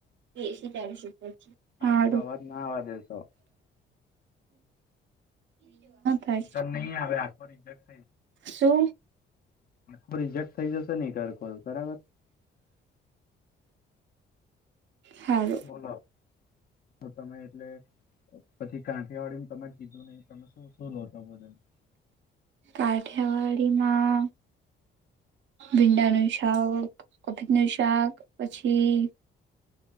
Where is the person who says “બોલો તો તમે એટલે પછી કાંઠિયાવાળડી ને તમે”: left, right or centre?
Left